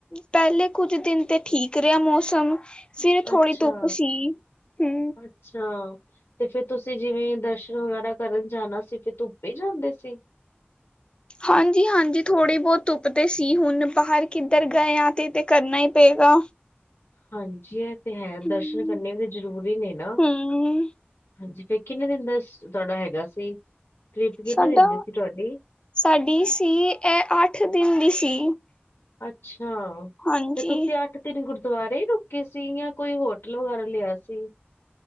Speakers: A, on the left (about 25°); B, on the left (about 70°).
A: ਪਹਿਲੇ ਕੁੱਝ ਦਿਨ ਤੇ ਠੀਕ ਰਿਹਾ ਮੌਸਮ। ਫਿਰ ਥੋੜੀ
B: ਅੱਛਾ
A: ਧੁੱਪ ਸੀ ਹੂ।
B: ਅੱਛਾ। ਤੇ ਫੇਰ ਤੁਸੀਂ ਜਿਵੇਂ ਦਰਸ਼ਨ ਵਗੈਰਾ ਕਰਨ ਜਾਣਾ ਸੀ ਫ ਧੁੱਪੇ ਜਾਂਦੇ ਸੀ?
A: ਹਾਂਜੀ-ਹਾਂਜੀ ਥੋੜ੍ਹੀ ਬਹੁਤ ਧੁੱਪ ਤੇ ਸੀ ਹੁਣ ਬਾਹਰ ਕਿੱਧਰ ਗਏ ਹ ਤੇ ਤੇ ਕਰਨਾ ਹੀ ਪਏਗਾ।
B: ਹਾਂਜੀ, ਇਹ ਤੇ ਹੈ ਦਰਸ਼ਨ
A: ਹਮ
B: ਕਰਨੇ ਵੀ ਜ਼ਰੂਰੀ ਨੇ ਨਾ।
A: ਹਮ
B: ਜੀ, ਫਿਰ ਕਿੰਨੇ ਦਿਨ ਦਾ ਤੁਹਾਡਾ ਹੈਗਾ ਸੀ? ਟ੍ਰਿਪ ਕਿੰਨੇ
A: ਸਾਡਾ
B: ਦਿਨ ਦੀ ਸੀ ਤੁਹਾਡੀ?
A: ਸਾਡੀ ਸੀ ਇਹ ਅੱਠ ਦਿਨ ਦੀ ਸੀ।
B: ਅੱਛਾ
A: ਹਾਂਜੀ
B: ਤੇ ਤੁਸੀਂ ਅੱਠ ਤੇ ਗੁਰਦੁਆਰੇ ਹੀ ਰੁਕੇ ਸੀ ਯ ਕੋਈ ਹੋਟਲ ਵਗੈਰਾ ਲਿਆ ਸੀ?